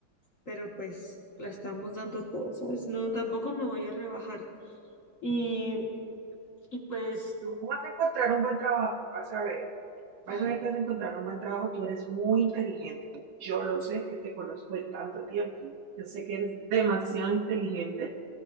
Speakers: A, on the left; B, on the right.
A: pero pues la estamos dando todas ¿sabes? No, tampoco me voy a rebajar. Y, y pues,
B: Tú vas a encontrar un buen trabajo, vas a ver. Vas
A: ay,
B: a ver que vas a encontrar un buen trabajo. Tú eres muy inteligente. Yo lo sé, que te conozco de tanto tiempo. Yo sé que eres demasiado inteligente